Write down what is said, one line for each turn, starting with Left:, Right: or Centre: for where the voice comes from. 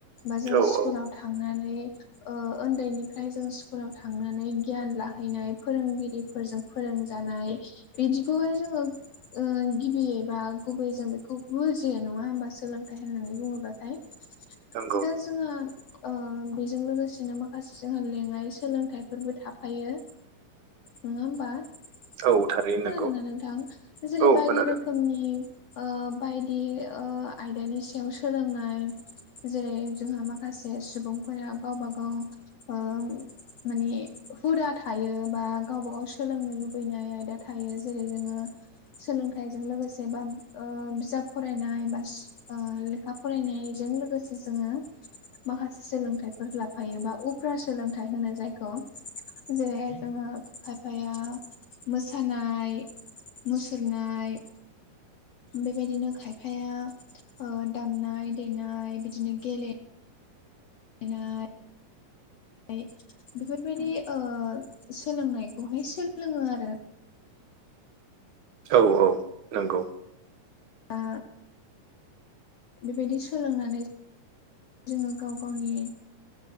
Left: बा जों
Right: औ
Left: स्कुलाव
Right: औ
Left: थांनानै उन्दैनिफ्राय जों स्कुलाव थांनानै गियान लाहैनाय फोरोंगिरिफोरजों फोरोंजानाय बिदिखौहाय जोङो गिबियै बा गुबैयै जों बेखौ बुजियो नङा होमबा सोलोंथाइ होननानै बुङोब्लाथाय
Right: नंगौ
Left: दा जोङो बेजों लोगोसेनो माखासे जोंहा लेङाइ सोलोंथाइफोरबो थाफायो नङा होमबा खोनादोंना
Right: औ थारैनो नंगौ
Left: नोंथां जेरै
Right: औ
Left: बायदि
Right: खोनादों
Left: रोखोमनि बायदि आयदानि सायाव सोलोंनाय जेरै जोंहा माखासे सुबुंफोरा गावबा गाव माने हुदा थायो बा गावबा गाव सोलोंनो लुबैनाय आयदा थायो जेरै जोङो सोलोंथाइ जों लोगोसे बा बिजाब फरायनाय बा लेखा फरायनायजों लोगोसे जोङो माखासे सोलोंथाइफोर लाफायो बा उफ्रा सोलोंथाइ होनो जायखौ जेरैहाय जोङो खायफाया मोसानाय मुसुरनाय बेबायदिनो खायफाया दामनाय देनाय बिदिनो गेले नाय ओमफ्राय बेफोरबायदि ओ सोलोंनायखौहाय सोलोङो आरो
Right: औ-औ नंगौ
Left: बा बेबायदि सोलोंनानै जोङो गाव गावनि